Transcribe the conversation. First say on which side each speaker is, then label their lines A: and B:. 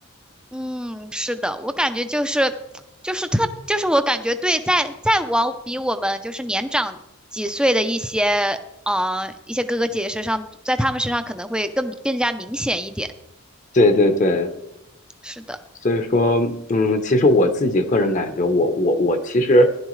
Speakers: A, in the centre; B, on the left.
A: 嗯，是的，我感觉就是就是特就是我感觉对，在在往比我们就是年长几岁的一些呃一些哥哥姐姐身上，在他们身上可能会更更加明显一点。
B: 对对对，
A: 是的。
B: 所以说，嗯，其实我自己个人感觉我，我我其实